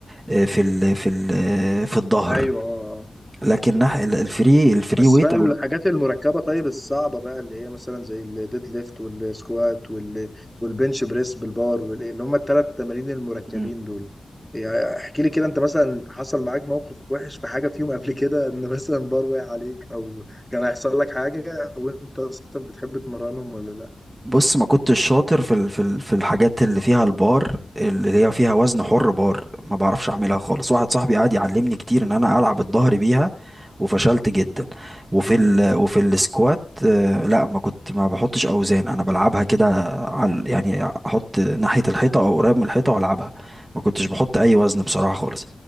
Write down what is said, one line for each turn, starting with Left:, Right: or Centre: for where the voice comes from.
Right: آه، في ال في ال آه، في الظهر
Centre: أيوه آه. آه.
Right: لكن ناح- ال- الفري الفري
Centre: بس
Right: ويت
Centre: بقى
Right: او
Centre: الحاجات المركبة طيب الصعبة بقى اللي هي مثلا زي الديد ليفت والسكوات وال... والبنش بريس بالبار وال... اللي هم الثلاث تمارين المركبين
Right: ال-
Centre: دول يعني احكي لي كده انت مثلا حصل معاك موقف وحش في حاجة فيهم قبل كده ان مثلا بار وقع عليك او كان هيحصل لك حاجة وانت اصلا بتحب تمرنهم ولا لا؟
Right: بص ما كنتش شاطر في ال- في ال- في الحاجات اللي فيها البار اللي هي فيها وزن حر بار ما بعرفش اعملها خالص واحد صاحبي قعد يعلمني كتير ان انا العب الظهر بيها وفشلت جدا وفي
Centre: مم.
Right: ال وفي السكوات آه، لا ما كنت ما بحطش اوزان انا بلعبها كده على يعني احط ناحية الحيطة او قريب من الحيطة والعبها ما كنتش بحط اي وزن بصراحة خالص